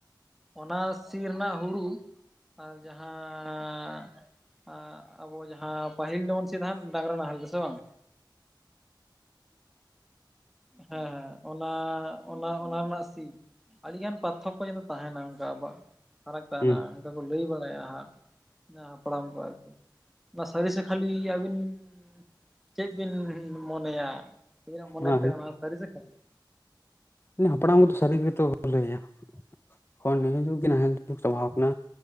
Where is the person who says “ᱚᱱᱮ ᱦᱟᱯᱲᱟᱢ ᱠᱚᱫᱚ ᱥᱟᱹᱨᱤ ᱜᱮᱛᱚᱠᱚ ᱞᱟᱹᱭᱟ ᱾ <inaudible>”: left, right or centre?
Left